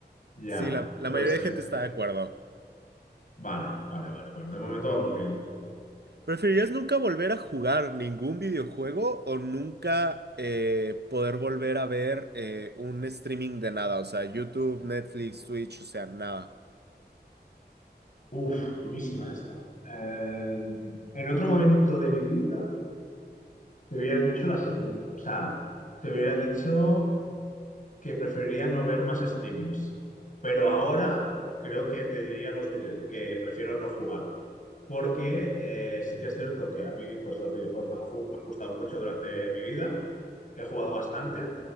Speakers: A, on the left; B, on the right.
A: Ya,
B: Sí, la, la
A: puede
B: mayoría
A: ser.
B: de gente está de acuerdo.
A: Vale, vale, vale. Bueno, de momento vamos bien.
B: ¿Preferirías nunca volver a jugar ningún videojuego o nunca eh, poder volver a ver eh, un streaming de nada? O sea, YouTube, Netflix, Twitch, o sea, nada.
A: Uf, durísima esta. Eh, en otro momento de mi vida te hubiera dicho la segunda, o sea, te hubiera dicho que preferiría no ver más streamings. Pero ahora creo que te diría los videos, que prefiero no jugar. Porque eh, sí que es cierto que a mí pues, los videojuegos me han, ju- me han gustado mucho durante mi vida. He jugado bastante.